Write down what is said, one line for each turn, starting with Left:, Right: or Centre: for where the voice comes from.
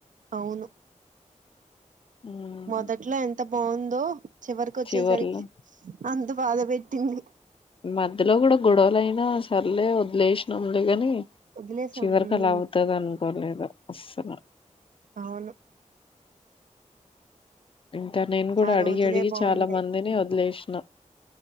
Right: అవును
Left: హ్మ్
Right: మొదట్లో ఎంత బాగుందో చివరికి వచ్చేసరికి
Left: చివర్లో
Right: అంత బాధ పెట్టింది
Left: మధ్యలో కూడ గొడవలుయినా సరలే వదిలేసినాంలే ని
Right: వదిలేసాం
Left: చివరికి
Right: ఉమ్
Left: అల అవుతది అనుకోలేదు అసల
Right: అవును
Left: ఇంకా నేను కూడ
Right: ఆ
Left: అడిగి
Right: రోజులే
Left: అడిగి
Right: బాగుండే
Left: చాలా మందిని వదిలేసిన